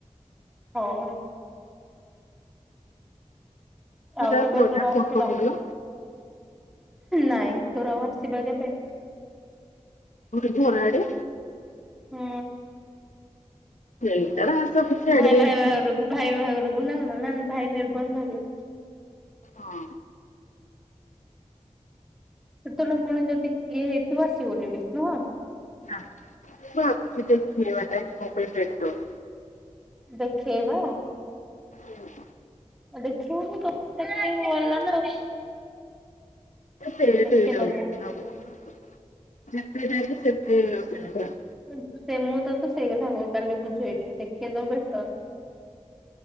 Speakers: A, in the centre; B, on the left (about 75°).
A: ହଉ। ଆଉ
B: ତାର
A: କେବେ
B: ପ୍ରୋଗ୍ରାମ
A: ତୋର ଆସିବା
B: ଫୋନ କରୁନୁ କିଲୋ
A: ନାଇଁ ତୋର ଆଉ ଆସିବା କେବେ?
B: କୁଆଡେ ଘରଆଡେ।
A: ହୁଁ।
B: ସେଇଟା ସବୁ ଛାଡ଼ିଦେଇଛି।
A: ଭାଇ ଭାଇ ବାହାଘରକୁ ଭାଇ ବାହାଘରକୁ ନା ଗଲ ନା ଭାଇ ନିର୍ବନ୍ଧକୁ।
B: ହଁ।
A: ସେତେବେଳେ ପୁଣି ଯଦି ଇଏ ହେଇଥିବ ଆସିବୁନି ବି ନୁହଁ।
B: ହ ଅଛିିତ ଦେଖିବା <inaudible>
A: ଦେଖେଇବା।
B: ହୁ।
A: ଆଉ ଦେଖିବୁନୁ ଦେଖୁ ଗଲା ନା ଆଉ
B: ସେଠ
A: ଦେଖେଇଦବୁ
B: ହେଇଯାଉଛନ୍ତି ଆଉ ଯେତେ ନେଲେ ସେତେ <inaudible>
A: ସେ ମୁଁ ତ ତ ସେଇ କଥା କ କାଲି ବୁଝେଇଲି ଦେଖେଇ ଦବୁ ବେଟର।